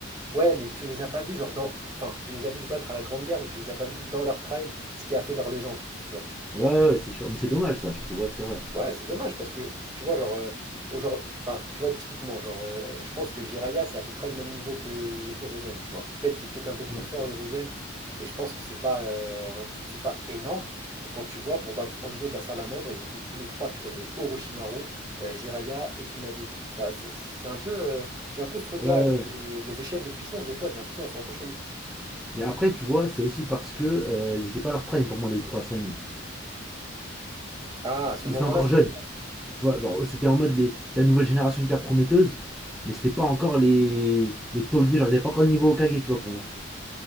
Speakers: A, on the right; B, in the centre.
A: Ouais, mais tu les as pas vus, genre dans. Enfin, tu les as vus se battre à la Grande Guerre, mais tu les as pas vus dans leur prime, ce qui a fait leur légende, tu vois.
B: Ouais, ouais, ouais, c'est sûr. Mais c'est dommage, ça, je trouve. Ouais, c'est vrai.
A: Ouais, c'est dommage parce que, tu vois, genre. euh, au genre- enfin, tu vois, typiquement, genre, euh, je pense que Jiraiya c'est à peu près le même niveau que Hiruzen, tu vois. Peut-être qu'il est peut-être un peu plus
B: Ouais,
A: fort, Hiruzen, mais je pense que c'est pas, euh, un- c'est pas énorme. Et quand tu vois, pour battre Hanzo de la Salamandre, ils étaient tous les trois, tu vois. Il y avait Orochimaru, euh, Jiraya et Tsunade. Ça, ça- c'est un peu. euh, j'ai un peu ce truc-là,
B: ouais, ouais.
A: euh,
B: ouais.
A: de- les échelles de puissance, des fois, j'ai l'impression, elles sont un peu cheloues.
B: Mais après, tu vois, c'est aussi parce que euh, ils étaient pas à leur prime pour moi, les trois Sanin.
A: Ah, à ce
B: Ils
A: moment-là,
B: étaient encore
A: tu
B: jeunes.
A: veux dire?
B: Tu vois, genre, c'était en mode les, la nouvelle génération hyper prometteuse, mais c'était pas encore les, les tauliers, genre, ils avaient pas encore le niveau Okage, tu vois, pour moi.